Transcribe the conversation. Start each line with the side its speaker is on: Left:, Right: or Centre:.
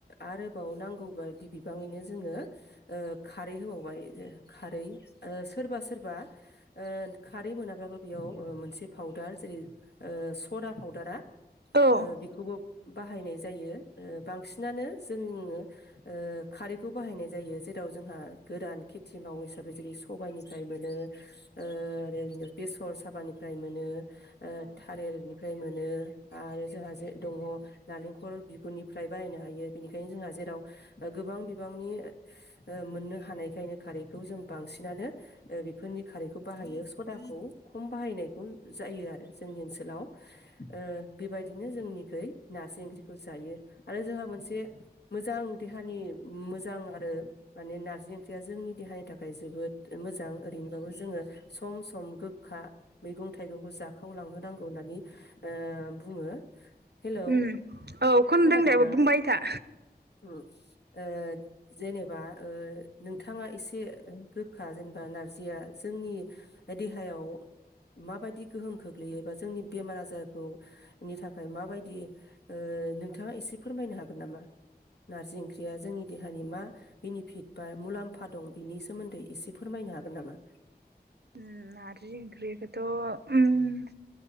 Left: आरोबाव नांगौबायदि बिबाङैनो जोङो ओ खारै होबावबाय खारै ओ सोरबा सोरबा ओ खारै मोनाब्लाबो बेयाव ओ मोनसे पाउदार जेरै ओ सदा पाउदारा ओ
Right: औ
Left: बेखौबो बाहायनाय जायो ओ बांसिनानो जोंङो ओ खारैखौ बाहायनाय जायो जेराव जोंहा गोदान खेथि मावो हिसाबै जेरै सबायनिफ्राय मोनो आरो आरोनो बेसर साबानिफ्राय मोनो ओ
Right: औ
Left: थालेरबि फाय मोनो आरो जोंहा जे दङ नालेंखल बिगुरनिफ्राय बाहायनो हायो बेनिखायनो जोंहा जेराव गोबां बिबांनि ओ मोननो हानायखायनो खारैखौ जों बांसिनानो बेफोरनि खारैखौ बाहायो सदाखौ खम बाहायनायखौ जायो आरो जोंनि ओनसोलाव ओ बेबायदिनो जोंनिखोय नारजि ओंख्रिखौ जायो आरो जोंहा मोनसे मोजां देहानि मोजां आरो माने नारजि ओंख्रिया जोंनि देहानि थाखाय जोबोद मोजां ओरैनोबाबो जोङो सम सम गोखा मैगं थाइगंखौ जाखावलांहोनांगौ होननानै ओ बुङो हेलौ
Right: उम औ खोनदों
Left: खोनादोंना
Right: दे बुंबाय था
Left: उम ओ जेनेबा ओ नोंथाङा एसे गोखा जेनेबा नारजिया जोंनि देहायाव माबायदि गोहोम खोख्लैयो बा जोंनि बेमार आजारखौ नि थाखाय माबायदि दि ओ नोंथाङा एसे फोरमायनो हागोन नामा नारजि ओंख्रिया जोंनि देहानि मा बेनिफिट बा मुलाम्फा दं बिनि सोमोन्दै एसे फोरमायनो हागोन नामा
Right: होम नारजि ओंख्रिखौथ' ओम